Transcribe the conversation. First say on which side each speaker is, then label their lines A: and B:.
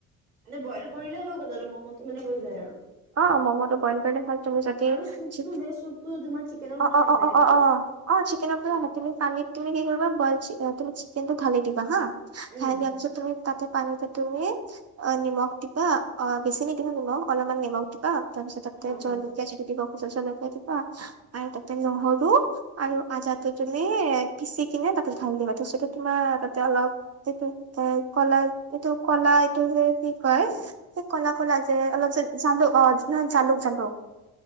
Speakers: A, on the right; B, on the right.
A: মানে বইল কৰিলে হৈ গ' ম'ম'টো মানে হৈ যায় আৰু
B: অ ম'ম'টো বইল কৰিলে'ল তুমি যদি
A: আৰু চুপটো
B: চ
A: যে চুপটো তোমাৰ চিকেনৰ
B: অ
A: পৰা
B: অ
A: আহে
B: অ
A: চাগে
B: অ অ
A: ন?
B: অ অ চিকেনৰ পৰা
A: অ'
B: হয় তুমি পানীত তুমি কি কৰিবা বইল চ ত চিকেনটো ভালে দিবা হা থে
A: উম
B: আমি য তাতে পানী ত তুমি অ নিমখ দিবা অ বেছি নিদিব নিমখ অলপমান নিমখ ৰাতিিবা তাৰ পিছত ততেল
A: হা
B: চ
A: হা
B: দিব চল দিবা আৰু তাতে নহৰু আৰু আজাটো তুমি পিচি কিনে তাতে ঢালি দিবা তছটো তোমাৰ তাতে অলপ সেইটো কলা এইটো কলা এইটো যে কয় ক'লা ক'লা যে অলপ যে জানো অ', নহ জালুক, জালুক।